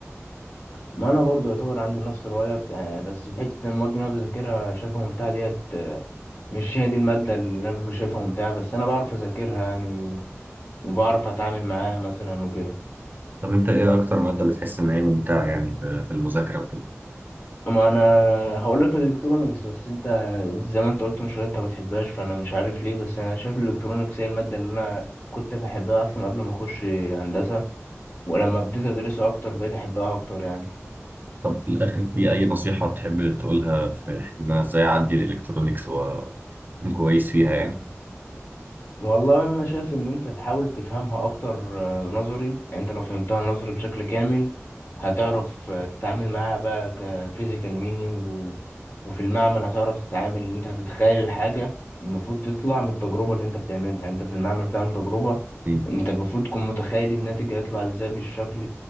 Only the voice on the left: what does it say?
ما انا برضو يعتبر عندي نفس رايك يعني بس في حته إن المواد اللي انا بذاكرها شايفها ممتعه ديت آه، مش هي دي الماده اللي انا ببقى شايفها ممتعه بس انا بعرف اذاكرها يعني وبعرف اتعامل معاها مثلا وكده
ما انا هقول لك الالكترونيكس بس انت انت زي ما انت قلت من شويه انت ما بتحبهاش فانا مش عارف ليه بس انا شايف الالكترونيكس هي الماده اللي انا كنت بحبها اصلا قبل ما اخش هندسه ولما بديت ادرسها اكتر بقيت احبها اكتر يعني
والله انا شايف ان انت تحاول تفهمها اكتر آه، نظري يعني انت لو فهمتها نظري بشكل كامل هتعرف آه، تتعامل معاها بقى كفيزيكال مينينج و... وفي المعمل هتعرف تتعامل ان انت هتتخيل الحاجة المفروض تطلع من التجربة اللي انت بتعملها يعني انت في المعمل بتعمل تجربة
انت المفروض تكون متخيل الناتج هيطلع ازاي بالشكل